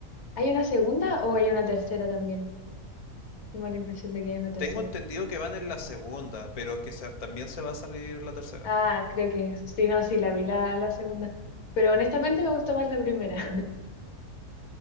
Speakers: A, on the left; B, on the left.
A: ¿Hay una segunda o hay una tercera también? Tengo la impresión de que hay una tercera.
B: Tengo entendido que van en la segunda, pero que se- también se va a salir la tercera.
A: Ah, creo que eso. Sí, no, sí, la vi la, la segunda. Pero honestamente me gustó más la primera. <laughs>